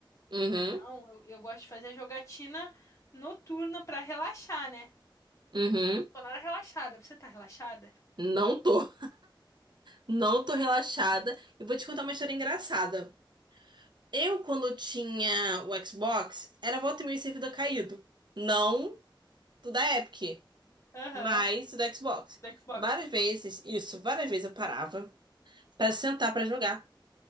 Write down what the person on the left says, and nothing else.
Mas não, eu, eu gosto de fazer a jogatina noturna pra relaxar, né?
Não Tô nada relaxada. Você tá relaxada?
Aham.
Do Xbox.